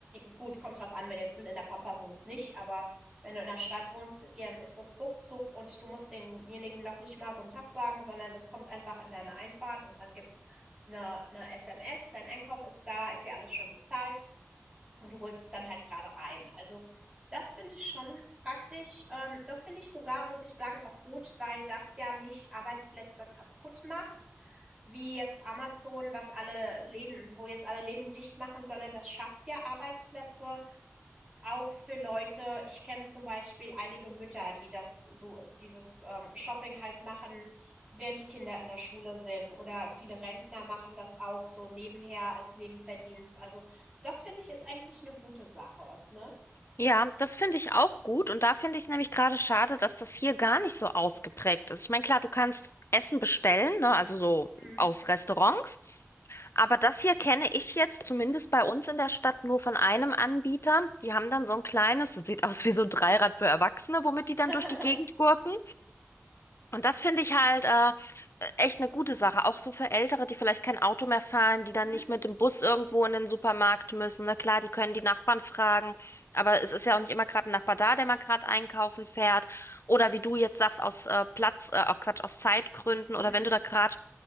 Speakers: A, on the right (about 20°); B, on the left (about 60°).
A: gut, kommt drauf an, wenn du jetzt mit in der Pampa wohnst, nicht, aber wenn du in der Stadt wohnst, dann ist das ruckzuck und du musst denjenigen noch nicht mal guten Tag sagen, sondern das kommt einfach in deine Einfahrt und dann gibt's eine, eine SMS, dein Einkauf ist da, ist ja alles schon bezahlt und du holst es dann halt gerade rein. Also das finde ich schon praktisch. Ähm, das finde ich sogar, muss ich sagen, auch gut, weil das ja nicht Arbeitsplätze kaputt macht, wie jetzt Amazon, was alle Läden, wo jetzt alle Läden dicht machen, sondern das schafft ja Arbeitsplätze auch für Leute ich kenne zum Beispiel einige Mütter, die das so dieses, ähm, Shopping halt machen, während die Kinder in der Schule sind, oder viele Rentner machen das auch so nebenher als Nebenverdienst. Also, das finde ich ist eigentlich eine gute Sache, ne?
B: ja, das finde ich auch gut. Und da finde ich nämlich gerade schade, dass das hier gar nicht so ausgeprägt ist. Ich meine, klar, du kannst Essen bestellen, ne? Also so
A: Mhm.
B: aus Restaurants. Aber das hier kenne ich jetzt zumindest bei uns in der Stadt nur von einem Anbieter. Die haben dann so ein kleines, das sieht aus wie so ein Dreirad für Erwachsene, womit
A: <laughs>
B: die dann durch die Gegend gurken. Und das finde ich halt äh, echt eine gute Sache, auch so für Ältere, die vielleicht kein Auto mehr fahren, die dann
A: Mhm,
B: nicht mit dem Bus irgendwo in den Supermarkt müssen. Ne? Klar, die können die Nachbarn fragen, aber es ist ja auch nicht immer gerade ein Nachbar da, der mal gerade einkaufen fährt. Oder wie du jetzt sagst, aus äh, Platz, äh, auch Quatsch, aus Zeitgründen oder
A: mhm.
B: wenn du da gerade